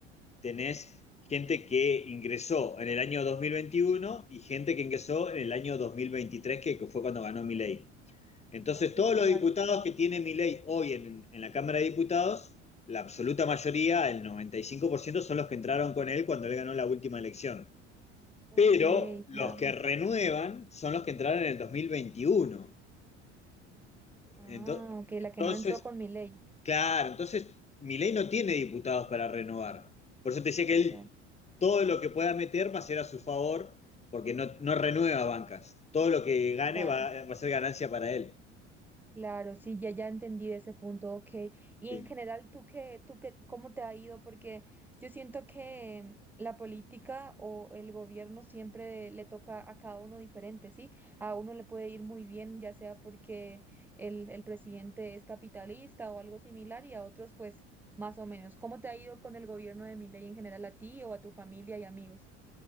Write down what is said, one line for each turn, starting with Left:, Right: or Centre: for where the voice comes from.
Left: tenés gente que ingresó en el año 2021 y gente que ingresó en el año 2023, que que fue cuando ganó mi ley. Entonces,
Centre: ok,
Left: todos los
Centre: claro.
Left: diputados que tiene mi hoy en, en la Cámara de Diputados, la absoluta mayoría, el 95%, son los que entraron con él cuando él ganó la última elección.
Centre: Ok,
Left: Pero los
Centre: claro.
Left: que renuevan son los que entraron en el 2021.
Centre: Ah,
Left: Entonces,
Centre: ok,
Left: entonces
Centre: la que no entró con mi ley.
Left: claro, entonces mi no tiene diputados para renovar. Por eso te decía
Centre: Exacto,
Left: que él todo lo que pueda meter va a ser a su favor, porque no, no renueva bancas. Todo lo que gane
Centre: claro.
Left: va, va a ser ganancia para él.
Centre: Claro, sí, ya ya entendí ese punto, ok. Y
Left: Sí.
Centre: en general, ¿tú qué, tú qué, cómo te ha ido? Porque yo siento que la política o el gobierno siempre le toca a cada uno diferente, ¿sí? A uno le puede ir muy bien, ya sea porque el, el presidente es capitalista o algo similar, y a otros, pues, más o menos. ¿Cómo te ha ido con el gobierno de Milei en general a ti o a tu familia y amigos?